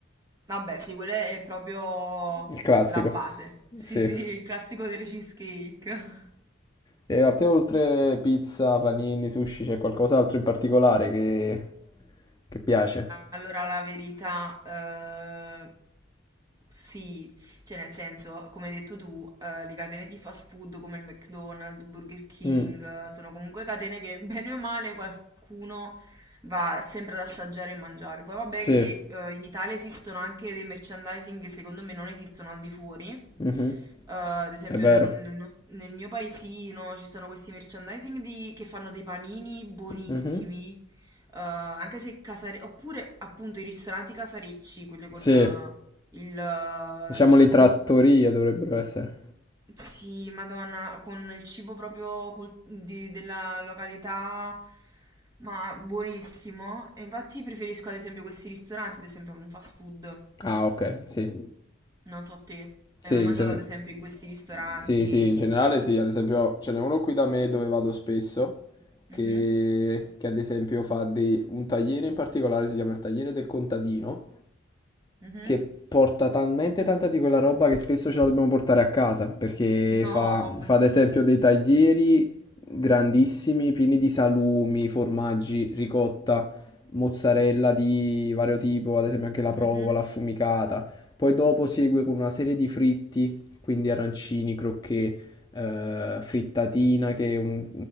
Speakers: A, on the right (about 20°); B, on the left (about 20°).
A: Vabbè, sì, quella è proprio
B: Il classico.
A: la base. Sì,
B: Sì.
A: sì, il classico delle cheesecake.
B: E a te oltre pizza, panini, sushi, c'è qualcos'altro in particolare che, che piace?
A: Allora, la verità, eh, sì, cioè nel senso, come hai detto tu, eh, le catene di fast food come il McDonald's, Burger King,
B: Mm.
A: eh, sono comunque catene che <laughs> bene o male qualcuno va sempre ad assaggiare e mangiare. Poi vabbè
B: Sì.
A: che eh, in Italia esistono anche dei merchandising che secondo me non esistono al di fuori. Eh,
B: Mhm.
A: ad esempio
B: È vero.
A: nel, nel nos- nel mio paesino ci sono questi merchandising di- che fanno dei panini buonissimi
B: Mhm.
A: eh, anche se casare... Oppure appunto i ristoranti casarecci, quelli con
B: Sì.
A: eh, il eh,
B: Diciamo
A: cibo...
B: le trattorie dovrebbero essere.
A: Sì, Madonna, con il cibo proprio cul- di- della località, ma buonissimo. E infatti preferisco ad esempio questi ristoranti, ad esempio un fast food.
B: Ah, ok, sì.
A: Non so te.
B: Sì,
A: Hai mai mangiato
B: in genere.
A: ad esempio in questi ristoranti?
B: Sì, sì, in generale sì, ad esempio ce n'è uno qui da me dove vado spesso,
A: Mhm,
B: che, che ad esempio fa dei- un tagliere in particolare, si chiama il tagliere del contadino,
A: mhm.
B: che porta talmente tanta di quella roba che spesso ce la dobbiamo portare a casa, perché
A: No,
B: fa,
A: vabbè.
B: fa ad esempio dei taglieri grandissimi, pieni di salumi, formaggi, ricotta, mozzarella di vario tipo, ad esempio anche la provola
A: Mhm.
B: affumicata. Poi dopo segue con una serie di fritti quindi arancini, crocchè, eh, frittatina, che è un-